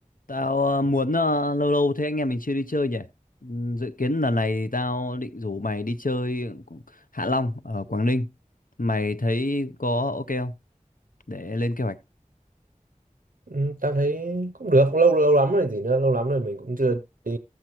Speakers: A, on the left (about 85°); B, on the right (about 80°).
A: Tao ờ, muốn ờ, lâu lâu thế anh em mình chưa đi chơi nhỉ? Ừm, Dự kiến lần này tao định rủ mày đi chơi cũng- Hạ Long ở Quảng Ninh. Mày thấy có ok không? Để lên kế hoạch.
B: Ừ, tao thấy cũng được lâu lâu lắm rồi gì nữa lâu lắm rồi mình cũng chưa đi